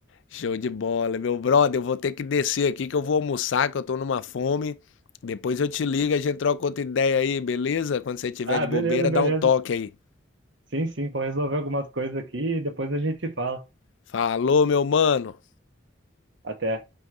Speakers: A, on the left; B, on the right.
A: Show de bola, meu brother, eu vou ter que descer aqui que eu vou almoçar, que eu tô numa fome. Depois eu te ligo, a gente troca outra ideia aí, beleza? Quando você tiver
B: Ah,
A: de
B: beleza,
A: bobeira,
B: beleza.
A: dá um toque aí.
B: Sim, sim, vou resolver algumas coisas aqui e depois a gente fala.
A: Falou, meu mano.
B: Até.